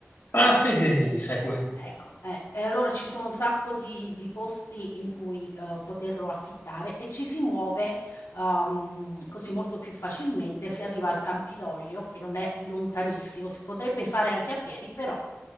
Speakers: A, on the left (about 55°); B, on the left (about 85°).
A: Ah, sì, sì, sì, segue.
B: Sì, ecco, eh, e allora ci sono un sacco di di posti in cui, uhm, poterlo affittare e ci si muove, uhm, così molto più facilmente. Si arriva al Campidoglio, che non è lontanissimo, si potrebbe fare anche a piedi, però,